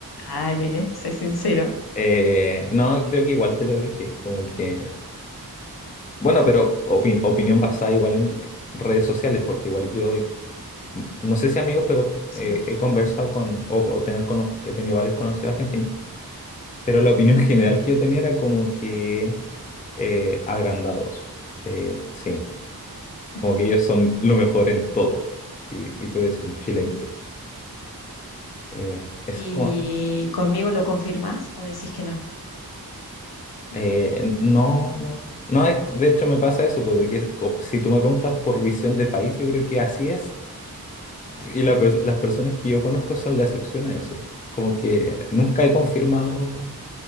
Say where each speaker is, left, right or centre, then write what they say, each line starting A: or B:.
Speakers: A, on the left; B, on the left.
A: Dale, sé sincero.
B: Eh, no, creo que igual te lo dije, como que... Bueno, pero opi- opinión basada igual en redes sociales, porque igual yo, he- no sé si amigos, pero
A: Conocido.
B: eh, he conversado con, o, co- tener cono- he tenido varios conocidos argentinos, pero la opinión <laughs> general que yo tenía era como que eh, agrandados, eh, sí,
A: <laughs>
B: como que ellos son lo mejor en todo, y, y tú eres un chilenito. Eh, es
A: ¿Y
B: como...
A: conmigo lo confirmás o decís que no?
B: Eh,
A: <laughs>
B: no, no. No es, de hecho me pasa eso, pues de que co- si tú me preguntas por visión de país, yo creo que así es. Y la pers- las personas que yo conozco son la excepción a eso. Como que nunca he confirmado